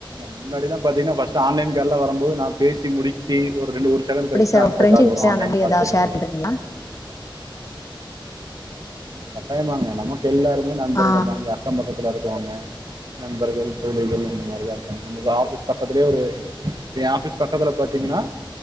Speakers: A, on the right; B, on the left.
A: முன்னாடி தான் பாத்தீங்கன்னா பஸ்ட் ஆன்லைன் கால்லா வரும்போது நான் பேசி முடிச்சு ஒரு ரெண்டு வருஷ் ரெண்டு நாள்
B: எப்டி
A: கழிச்சு
B: சார்
A: தான் அடுத்த
B: உங்க ஃப்ரெண்ட்ஷிப்ஸ்
A: கால் வரும் ஆன்லைன்
B: அந்த மாரி
A: கால்
B: எதா
A: சேல்ஸ்
B: ஷேர் பண்றீங்களா
A: கட்டாயமாங்க நமக்கு எல்லோருமே நண்பர்கள்
B: ஆ
A: தான் இங்க அக்கம் பக்கத்துல இருக்குறவங்க நண்பர்கள் தோழிகள் அந்த மாரி தான் இருக்காங்க நம ஆபீஸ் பக்கத்திலயே ஒரு ஏன் ஆபீஸ் பக்கத்துல பாத்தீங்கன்னா